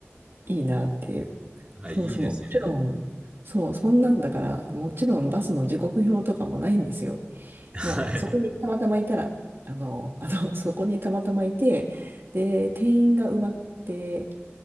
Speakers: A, on the right; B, on the right.
A: いいなっていう。
B: はい、
A: そうそう。
B: いいですよね。
A: もちろん、そう、そんなんだから、もちろんバスの時刻表とかもないんですよ。
B: はい。
A: もうそこにたまたまいたら、あの、あの、<laughs> そこにたまたまいて、で、定員が埋まって、